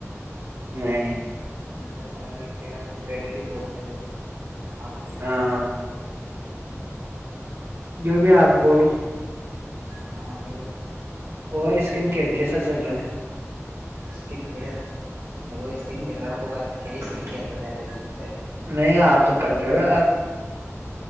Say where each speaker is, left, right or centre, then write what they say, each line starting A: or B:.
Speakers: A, on the right (about 60°); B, on the right (about 85°).
A: نہیں
B: سر سمجھ گئے کہ اس سے کریڈٹ ہی بولتے ہیں دیکھو آپ پڑا جانتے
A: ہاں
B: نہی
A: جو بھی آپ بولو
B: ہاں وہئی تو
A: اور اسکن کیئر کیسا چل رہا ہے
B: اسکن کیر دیکھو اسکین
A: ہے
B: کیئر لڑکوں کا کیا ہی اسکن کیئر رہتا ہے دیکھ کو
A: نہیں آپ تو کرتے ہوئے یار